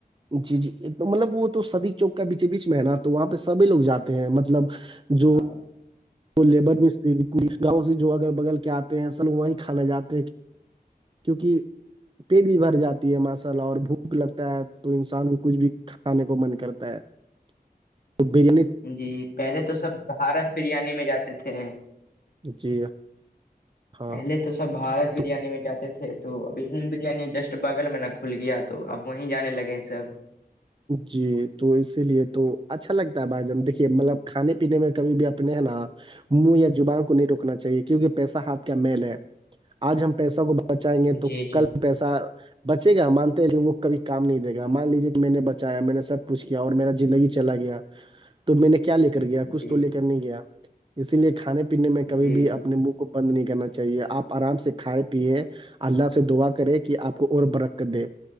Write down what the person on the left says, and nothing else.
ہیں
جی پہلے تو سب بھارت بریانی میں جاتے تھے
پہلے تو سب بھارت بریانی
میں جاتے تھے تو ابھی ہند بریانی جسٹ بغل میں ن کھل گیا تو اب وہیں جانے لگے ہیں سب
جی
جی
جی
جی
جی